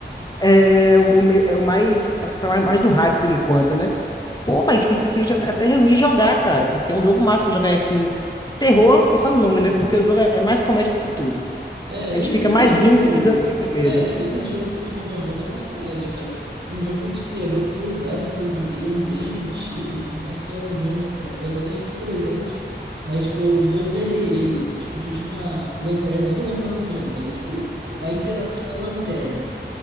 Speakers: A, on the left (about 20°); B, on the right (about 70°).
A: é, o, me- é o mais, é o que tá mais mais no hype por enquanto, né? Pô, vai, tipo, inclusive até até reunir e jogar, cara, porque é um jogo massa pra jogar assim. Terror é só nome, né? Porque o jogo é é mais comédia do que tudo.
B: É,
A: A gente
B: esse-
A: fica
B: esses
A: mais
B: jogos.
A: rindo do que, dan- do que com medo.
B: É, esses jogos que ficam famosos é mais comédia, cara. Um jogo de terror pesado que eu joguei, um bem antigo, como é que era o nome, cara? Eu até ganhei de presente, mas, tipo, eu, eu zerei ele, que, tipo, tu tinha uma lanterna, eu não lembro mais o nome, mas é, tipo, a interação é lanterna.